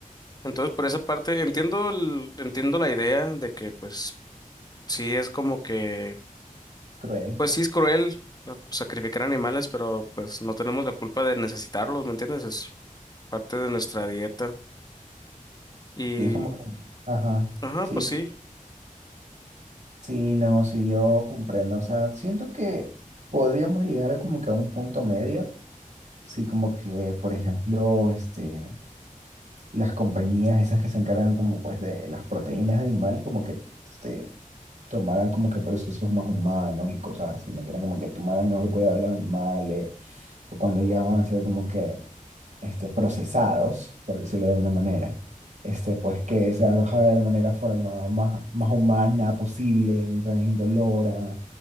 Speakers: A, on the left; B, on the right.
A: Entonces, por esa parte, entiendo el- entiendo la idea de que, pues, sí es como que,
B: Cruel.
A: pues sí es cruel ¿no? sacrificar animales, pero pues no tenemos la culpa de necesitarlos, ¿me entiendes? Es parte de nuestra dieta. Y,
B: Sí, es como que, ajá,
A: ajá,
B: sí,
A: pues sí,
B: Sí, no, sí, yo comprendo. O sea, siento que podríamos llegar a como que a un punto medio. Sí, como que, por ejemplo, este, las compañías esas que se encargan como pues de las proteínas animales, como que este, tomaran como que procesos más humanos y cosas así, ¿me entiendes? Como que tomaran mejor cuidado de los animales, o cuando ya van a hacer como que este, procesados, por decirlo de una manera, este, pues que se aloja de la manera forma más, más humana posible, mensajes indolora,